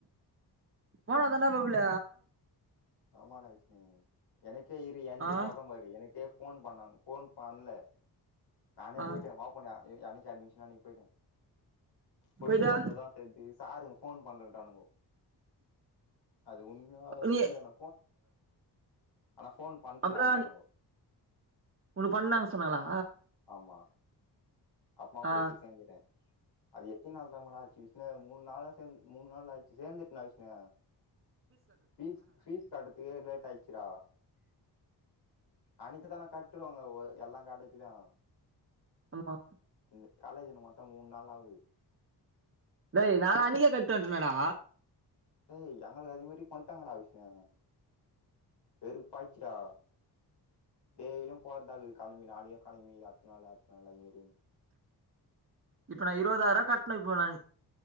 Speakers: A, on the right; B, on the left.
A: போனா தான்டா மாப்புல
B: ஆமாடா விஷ்ணு எனக்கே இரு எந்த
A: ஆ
B: சொல்ற மாரி எனக்கு ஃபோன் பண்ணாங்க ஃபோன் பண்ல நானே
A: ஆ
B: போயிட்டே வா போனே அன்னக்கி அட்மிஷன் அன்னக்கி போயிட்டே போயிட்டு
A: போய்டா
B: பாத்தாதா சேரின்ட்டு சாரு ஃபோன் பண்றன்ட்டானுங்கோ அது உண்மையா தெரில
A: நீ
B: என ஆனா ஃபோன் பண்ட்டேன்டான்னானுங்கோ
A: அப்ரோ உனக்கு பண்ணாங் சொன்னாங்ளா
B: ஆமா அப்மா போயிட்டு
A: ஆ
B: சேந்திட்டே அது எத்தி நாள் தாமோடாச்சு விஷ்ணு மூணு நாளும் சேந்து மூணு நாள் ஆச்சு சேந்துட்டா விஷ்ணு ஃபீஸ் ஃபீஸ் கட்டதுக்கே லேட் ஆயிச்சுடா அன்னக்கி தானே கட்டுவாங்க ஒ எல்லா காலேஜ்லயு
A: ஆமா
B: இந்த காலேஜில மட்டு மூணு நாள் ஆவுது
A: டேய் நா அன்னைக்கே கட்டிட்டுவன்ட்டேனடா
B: டேய் எங்களுக்கு அதி மாரி பண்ட்டாங்கடா விஷ்ணு வெறுப்பாய்ச்சுடா டெய்லியு போறதா இருக்குது கெளம்பி நாளைக்கு கெளம்பி அத்து நாளு அத்து நாளு அது மாரி
A: இப்ப நா இருவதாயிரவா கட்னே இப்ப நா